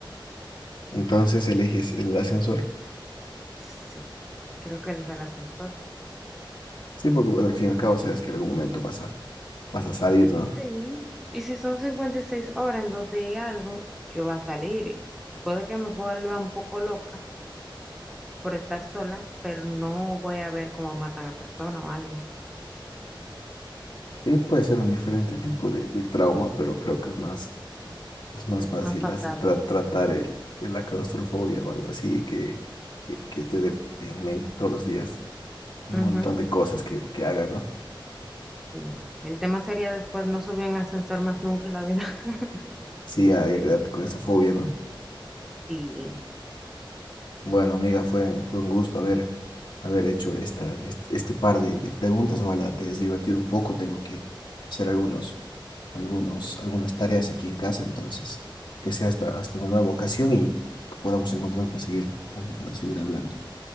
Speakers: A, on the left; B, in the centre.
A: entonces eliges el ascensor.
B: Sí, creo que elijo el ascensor.
A: Sí, porque bueno, al fin y al cabo sabes que en algún momento vas a, vas a salir, ¿no?
B: Sí. Y si son 56 horas en dos días y algo, yo voy a salir y puede que me vuelva un poco loca por estar sola, pero no voy a ver cómo matan a personas o algo.
A: Sí, puede ser un diferente tipo de, de trauma, pero creo que es más,
B: Sí,
A: es más
B: es
A: fácil
B: más pasable.
A: hace- tra- tratar el, la claustrofobia o algo así que, que, que te dé en mente todos los días. un
B: Ujú,
A: montón de cosas que, que hagan, ¿no?
B: Sí, el tema sería después no subir en ascensor más nunca en la vida. <laughs>
A: Sí, hay que quedarte con esa fobia, ¿no?
B: Sí,
A: Bueno, amiga, fue, fue un gusto haber, haber hecho esta, este, este par de, de preguntas. Ojalá te hayas divertido un poco. Tengo que hacer algunos, algunos, algunas tareas aquí en casa, entonces que sea hasta, hasta una nueva ocasión y podamos encontrarnos para seguir, para para seguir hablando.